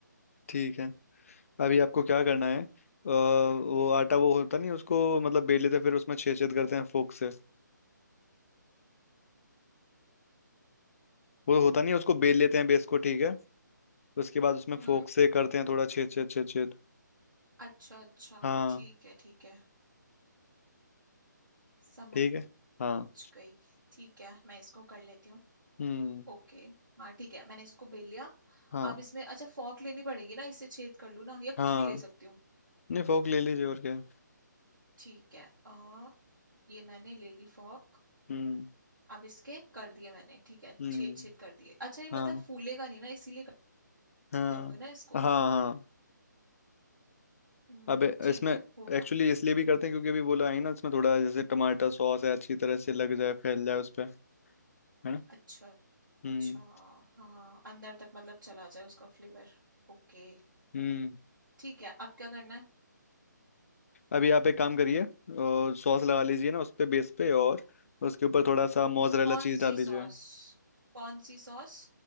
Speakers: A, on the left; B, on the right.
A: ठीक है अभी आपको क्या करना है अ, वो आटा वो होता नहीं उसको मतलब बेल लेते हैं फिर उसमें छेद छेद करते हैं फोक से वो होता नहीं है, उसको बेल लेते हैं बेस को ठीक है उसके बाद उसमें
B: हम्म
A: फोक से करते हैं थोड़ा छेद छेद छेद छेद
B: अच्छा अच्छा
A: हाँ
B: ठीक है ठीक है समझ
A: ठीक है हाँ
B: गई ठीक है मैं इसको कर लेती हूँ
A: हम्म
B: ओके हाँ ठीक है मैंने इसको बेल लिया
A: हाँ
B: अब इसमें अच्छा फॉक लेनी पड़ेगी ना इससे छेद कर लूँ ना या
A: हाँ
B: कुछ भी ले सकती हूँ
A: नहीं फोक ले लीजिए और क्या
B: ठीक है अ ये मैंने ले ली फॉक
A: हम्म
B: अब इसके कर दिए मैंने ठीक है
A: हम्म
B: छेद छेद कर दिए अच्छा ये
A: हाँ
B: मतलब फूलेगा नहीं ना इसीलिए करते
A: हाँ
B: होंगे ना इसको
A: हाँ हाँ
B: हम्म
A: अबे
B: ठीक
A: इसमें
B: है
A: एक्चुअली
B: हो गया
A: इसलिए भी करते हैं क्योंकि अभी बोला है ना इसमें थोड़ा जैसे टमाटर सॉस है अच्छी तरह से लग जाए फैल जाए उस पर है ना
B: अच्छा अच्छा
A: हम्म
B: हाँ अंदर तक मतलब चला जाए उसका फ्लेवर ओके
A: हम्म
B: ठीक है अब क्या करना है
A: अभी आप एक काम करिए सॉस लगा लीजिए ना उस पे बेस पे और उसके ऊपर थोड़ा सा मोजरेला
B: कौन
A: चीज डाल
B: सी
A: दीजिए
B: सॉस कौन सी सॉस